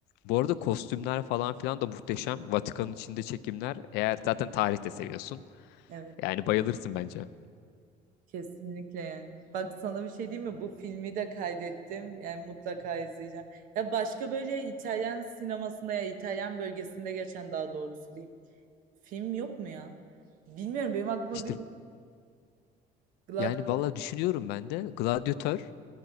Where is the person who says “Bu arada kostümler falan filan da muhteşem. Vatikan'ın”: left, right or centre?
Left